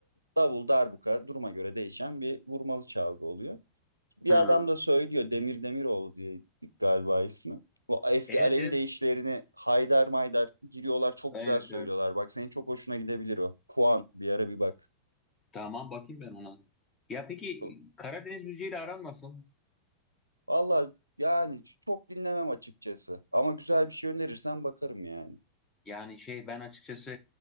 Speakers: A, on the right; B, on the left.
A: davul, darbuka duruma göre değişen bir vurmalı çalgı oluyor bir
B: Hı.
A: adam da söylüyor Demir Demiroğlu diye galiba ismi. Bu eski
B: Evet,
A: Alevi
B: evet,
A: deyişlerini haydar maydar giriyorlar çok
B: evet,
A: güzel söylüyorlar.
B: evet.
A: Bak senin çok hoşuna gidebilir o. Kuan bir ara bir bak.
B: Tamam bakayım ben ona. Ya peki
A: Çok,
B: Karadeniz müziğiyle aran nasıl?
A: valla yani çok dinlemem açıkçası. Ama güzel bir şey önerirsen bakarım yani.
B: Yani şey ben açıkçası